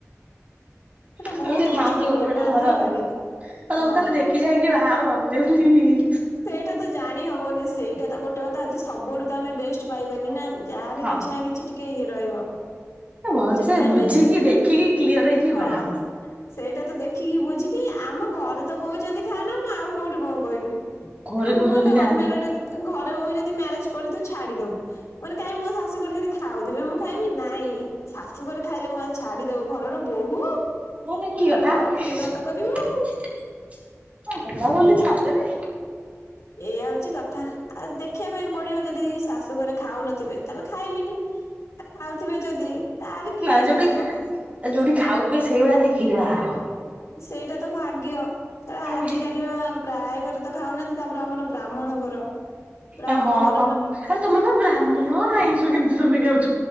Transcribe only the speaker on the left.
ସେଟା
ବହୁତ
କଷ୍ଟ
ହୁଏ
ବାଧେ
ଭାରି
ହଁ।
ସେଇଟା ତ ଜାଣି ହବନି ସେଇଟା ତ ଗୋଟେ କଥା ହଉଛି ସବୁ ଆଡୁ ତ ଆମେ ବେଷ୍ଟ ପାଇବାନି ନା। ଯାହାହେଲେ
କିଛି ନା କିଛି ଟିକେ ଇଏ ରହିବ
ଯେତେ
ଆମେ
ହଁ
ସେଇଟା ତ ଦେଖ ଦେଖିକି ବୁଝିକି ଆମ ଘରେ ତ କହୁଛନ୍ତି ଖାନା ମୁଁ ଆଉ କୋଉଠି କଣ କହିବି?
ମୁଁ
ଏବେ
ଅନମାରଡ ଅଛି ଘରେ କହୁଛନ୍ତି ମ୍ୟାରେଜ ପରେ ତୁ ଛାଡିଦବୁ ମାନେ କାଇଁ ମୋ ଶାଶୁ ଘରେ ଯଦି ଖାଉଥିବେ ମୁଁ ଖାଇବିନି ନାଇଁ ଶାଶୁଘରେ ଖାଇଲେ କଣ ଛାଡି ଦବୁ ଘରର ବୋହୂ।
ଲକ୍ଷ୍ମୀ
ବ୍ରତ କରିବୁ।
ଏଇଆ ହଉଛି କଥା ଆଉ ଦେଖିବା ପାଇଁ ପଡିବ ଯଦି ଶାଶୁ ଘରେ ଖାଉନଥିବେ ତାହେଲେ ଖାଇବିନି। ଆ ଖାଉଥିବେ ଯଦି ତାହେଲେ କିଏ
ଛାଡେ ମ
ସେଇଟା ତ ଭାଗ୍ୟ ଶଳା ଆଜିିକାଲି
ବା ପ୍ରାୟ ଘରେ ତ ଖାଉନାହାନ୍ତି ତାପରେ ଆମର ବ୍ରାହ୍ମଣ ଘର। ବ୍ରାହ୍ମଣ
ଘର
ମାନେ